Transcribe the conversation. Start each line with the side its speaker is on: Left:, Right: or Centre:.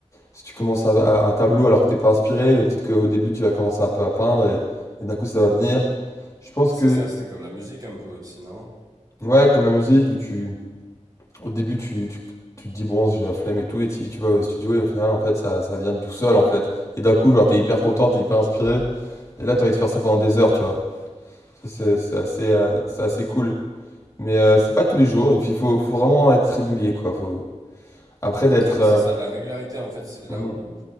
Left: Si tu commences à- à- un tableau alors que t'es pas inspiré, mais peut-être qu'au début tu vas commencer un peu à peindre et, et d'un coup ça va venir. Je pense
Right: C'est
Left: que,
Right: ça, c'est comme la musique un peu aussi, non?
Left: ouais, comme la musique, où tu, au début tu, tu, tu te dis bon, j'ai la flemme et tout, et tu, tu vas au studio et au final en fait ça, ça vient tout seul en fait. Et d'un coup, genre t'es hyper content, t'es hyper inspiré,
Right: Mm.
Left: et là t'as envie de faire ça pendant des heures, tu vois. Ça c'est c'est assez, euh, c'est assez cool. Mais euh, c'est pas tous les jours, et puis il faut, faut vraiment être régulier quoi. Faut... Après d'être.
Right: Ouais,
Left: euh,
Right: c'est ça, la régularité en fait, c'est là
Left: mhm,
Right: où...